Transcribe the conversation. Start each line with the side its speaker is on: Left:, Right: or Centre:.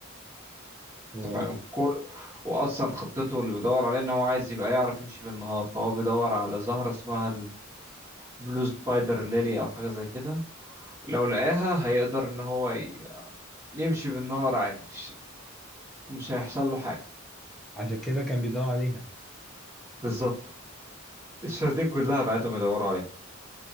Right: انت
Centre: واو
Right: فاهم كل واصلا خطته اللي بيدور عليه ان هو عايز يبقى يعرف يمشي بالنهار فهو بيدور على زهرة اسمها البلو سبايدر ليلي او حاجة زي كده لو لقاها هيقدر ان هو ي- يمشي بالنهار عادي مش مش هيحصل له حاجة
Centre: عشان كده كان بيدور عليها
Right: بالظبط الشياطين كلها بعتهم يدوروا عليها